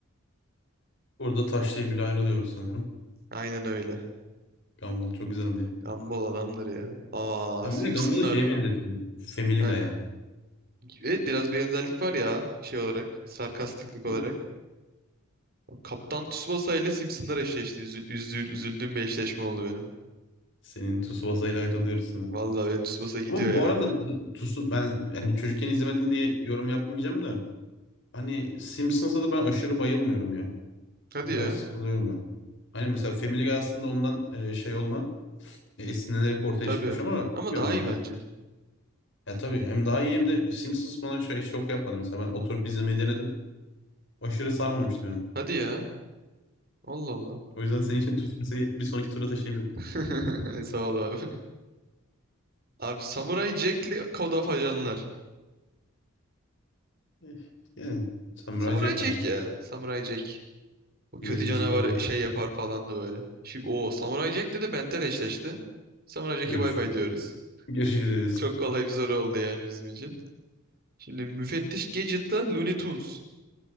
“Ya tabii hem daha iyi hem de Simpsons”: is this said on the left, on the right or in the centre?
Left